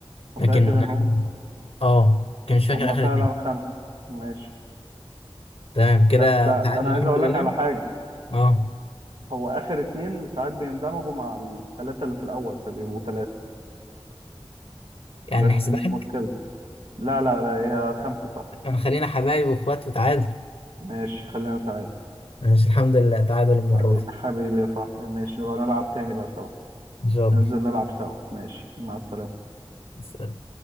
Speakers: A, on the right; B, on the left.
A: متأكد
B: لكن
A: انهم
B: آه آه، كان مش فاكر
A: هم
B: آخر
A: فعلا
B: اتنين
A: خمسة ماشي
B: تمام كده
A: بس انا
B: تعادل
A: عايز
B: الحمد
A: اقول
B: لله
A: لك على حاجة
B: آه
A: هو اخر اتنين ساعات بيندمجوا مع الثلاثة اللي في الاول فبيبقوا ثلاثة
B: يعني
A: بس
B: نحسبها
A: مش
B: لك
A: مشكلة لا لا لا هي خمسة صح
B: أنا خلينا حبايب وإخوات وتعادل
A: ماشي خلينا تعادل
B: ماشي الحمد لله تعادل المرة
A: حبيبي
B: دي
A: حبيبي يا صاحبي ماشي نبقى نلعب تاني بقى سوا
B: ان شاء
A: ننزل نلعب سوا ماشي مع السلامة
B: الله